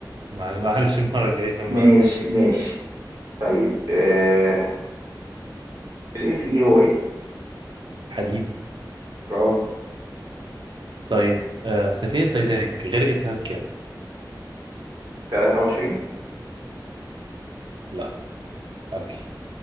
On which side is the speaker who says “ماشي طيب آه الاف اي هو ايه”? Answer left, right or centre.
Right